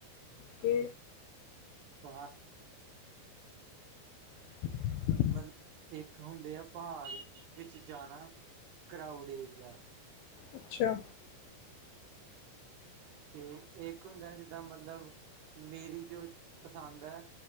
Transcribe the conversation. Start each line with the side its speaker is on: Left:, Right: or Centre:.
Left: ਕਿ
Right: ਪਹਾ
Left: ' <inaudible>
Right: ਮਤਲਬ, ਇੱਕ ਹੁੰਦੇ ਆ ਪਹਾੜ ਵਿੱਚ ਜਾਣਾ, ਕਰਾਊਡ ਏਰੀਆ।
Left: ਅੱਛਾ।
Right: ਹਮ। ਇੱਕ ਹੁੰਦਾ ਜਿੱਦਾਂ ਮਤਲਬ, ਮੇਰੀ ਜੋ ਪਸੰਦ ਐ।